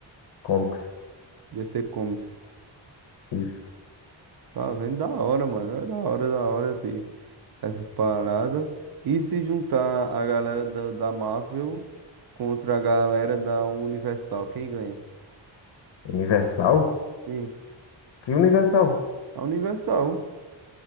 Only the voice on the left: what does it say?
Comics.
Isso.
Universal?
Que Universal?